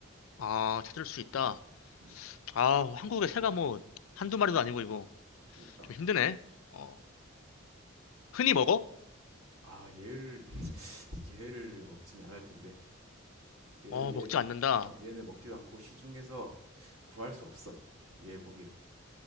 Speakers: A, on the left (about 75°); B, on the right (about 80°).
A: 아 찾을 수 있다
B: 음,
A: 아 한국에 새가 뭐 한두 마리도 아니고 이거
B: 그러니까
A: 좀 힘드네 어. 흔히 먹어?
B: 아, 얘를 <laughs> 얘를 먹진 않을 텐데. 얘는
A: 어,
B: 얘
A: 먹지 않는다.
B: 어, 얘는 먹지도 않고 시중에서 구할 수 없어. 얘 고기를.